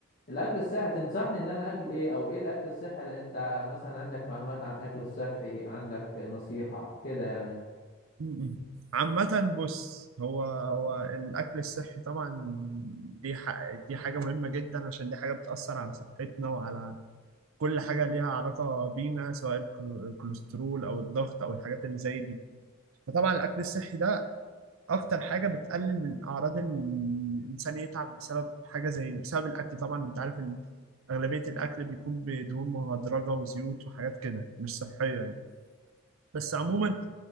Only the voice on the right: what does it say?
م-م. عامة بص هو هو الأكل الصحي طبعا دي ح... دي حاجة مهمة جدا عشان دي حاجة بتأثر على صحتنا وعلى كل حاجة ليها علاقة بينا سواء الكلو- الكوليسترول أو الضغط أو الحاجات اللي زي دي فطبعا الأكل الصحي ده أكتر حاجة بتقلل من أعراض ال- الإنسان يتعب بسبب حاجة زي بسبب الأكل طبعا أنت عارف ال... أغلبية الأكل بيكون بدهون مهدرجة وزيوت وحاجات كده مش صحية يعني بس عموما